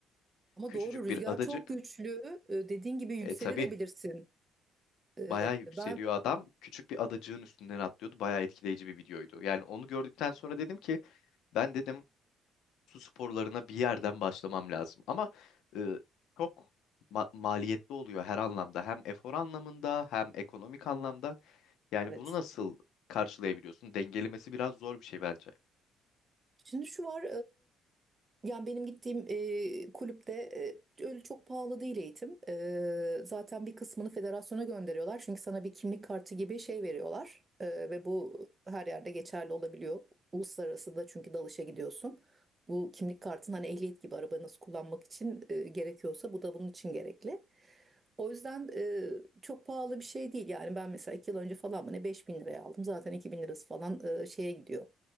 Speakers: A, on the right (about 20°); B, on the left (about 75°).
A: Ama
B: Küçücük
A: doğru rüzgar
B: bir adacık.
A: çok güçlü. E, dediğin gibi yükselebilirsin.
B: E tabii
A: E,
B: bayağı yükseliyor
A: ben
B: adam. Küçük bir adacığın üstünden atlıyordu. Bayağı etkileyici bir videoydu. Yani onu gördükten sonra dedim ki ben dedim su sporlarına bir yerden başlamam lazım. Ama e, çok ma- maliyetli oluyor her anlamda. Hem efor anlamında hem ekonomik anlamda. Yani
A: evet.
B: bunu nasıl karşılayabiliyorsun? Dengelemesi biraz zor bir şey bence.
A: Şimdi şu var Yani benim gittiğim e, kulüpte e, öyle çok pahalı değil eğitim. E, zaten bir kısmını federasyona gönderiyorlar. Çünkü sana bir kimlik kartı gibi şey veriyorlar. E, ve bu her yerde geçerli olabiliyor. Uluslararası da çünkü dalışa gidiyorsun. Bu kimlik kartın hani ehliyet gibi arabanızı kullanmak için e, gerekiyorsa bu da bunun için gerekli. O yüzden e, çok pahalı bir şey değil. Yani ben mesela iki yıl önce falan mı ne 5000 liraya aldım. Zaten 2000 lirası falan e, şeye gidiyor.